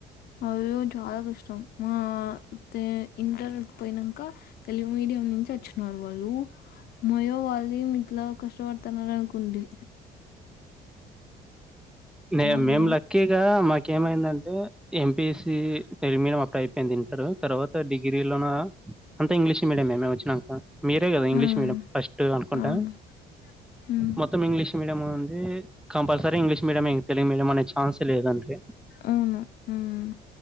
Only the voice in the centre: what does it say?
నే
మేం లక్కీ ఇగ మాకేం ఏమైందంటే M P C Telugu medium అక్క అయిపోయింది తర్వా తర్వాత డిగ్రీ లోనా అంతా ఇంగ్లీష్ మీడియమే మేం ఒచ్చి అహా మీరే గాదా ఇంగ్లీష్
మీడియం ఫస్ట్ అనుకుంట
మొత్ ఇంగ్లీష్ మీడియమా అందీ కంపల్సరి ఇంగ్లీష్ మీడియమే ఇన్ తెలుగు మీడియం ఛాన్సులేదంటే